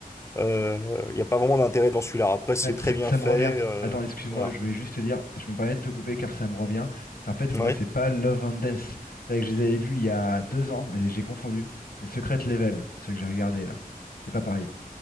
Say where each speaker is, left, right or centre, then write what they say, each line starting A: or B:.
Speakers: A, on the left; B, on the left.
A: Euh, Il n'y a pas vraiment d'intérêt dans celui-là. Après, c'est
B: Ouais, ça,
A: très bien
B: ça
A: fait.
B: me revient.
A: euh,
B: Attends, excuse-moi,
A: voilà.
B: je voulais juste te dire, je me permets de te couper car ça me revient. C'est en fait, moi,
A: Ouais.
B: c'est pas Love and Death. C'est vrai que je les avais vus il y a deux ans, mais j'ai confondu. C'est Secret Level, ceux que j'ai regardé là. C'est pas pareil.